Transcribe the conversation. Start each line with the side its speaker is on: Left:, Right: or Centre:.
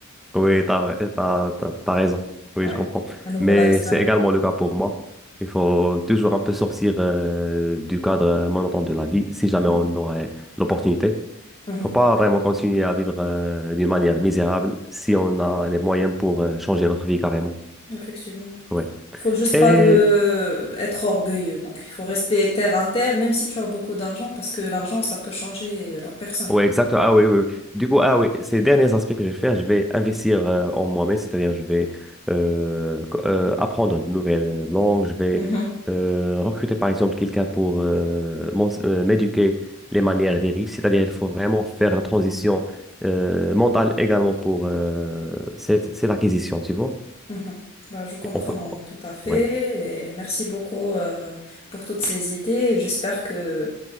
Centre: oui, t'as, vrai- t'as, t'as- t'as raison. Oui,
Left: Ouais,
Centre: je comprends.
Left: un nouveau
Centre: Mais
Left: lifestyle.
Centre: c'est également le cas pour moi. Il faut toujours un peu sortir euh, du cadre euh, monotone de la vie, si jamais
Left: Mhm,
Centre: on aurait l'opportunité.
Left: mhm,
Centre: Il faut pas vraiment continuer à vivre euh, d'une manière misérable si on a les moyens pour euh, changer notre vie carrément.
Left: Effectivement.
Centre: Ouais.
Left: Faut juste
Centre: Et
Left: pas de être orgueilleux. Donc, il faut rester terre à terre, même si tu as beaucoup d'argent, parce que l'argent, ça peut changer la personne.
Centre: Oui, exactement. Ah oui, oui. oui. Du coup, ah oui, ces derniers aspects que je vais faire, je vais investir euh, en moi-même, c'est-à-dire je vais euh, co- euh, apprendre une nouvelle langue, je vais
Left: Mhm,
Centre: euh, recruter par exemple quelqu'un pour euh, m'ense- euh, m'éduquer les manières des riches, c'est-à-dire il faut vraiment faire la transition euh, mentale également pour euh, cette, cette acquisition, tu vois.
Left: mhm. Bah, je comprends
Centre: On fait-
Left: tout à fait.
Centre: Oui.
Left: Et merci beaucoup, euh, pour toutes ces idées. J'espère que,